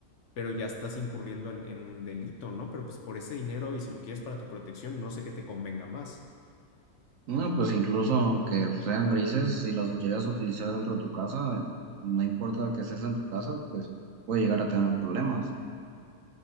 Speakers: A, on the left; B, on the right.
A: Pero ya estás incurriendo en, en un delito, ¿no? Pero pues por ese dinero y si lo quieres para tu protección, no sé qué te convenga más.
B: No, pues incluso aunque sean grises, si las llegas a utilizar dentro de tu casa, no importa que estés en tu casa, pues puede llegar a tener problemas.